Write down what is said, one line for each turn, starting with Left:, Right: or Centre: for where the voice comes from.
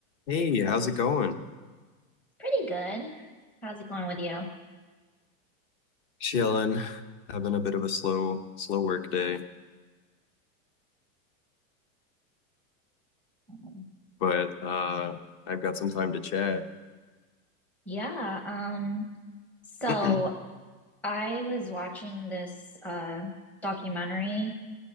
Left: Hey, how's it going?
Centre: Pretty good. How's it going with you?
Left: Chilling, having a bit of a slow, slow work day,
Centre: Um,
Left: but uh I've got some time to chat.
Centre: Yeah, um, so
Left: <clears throat> Mhm.
Centre: I was watching this uh documentary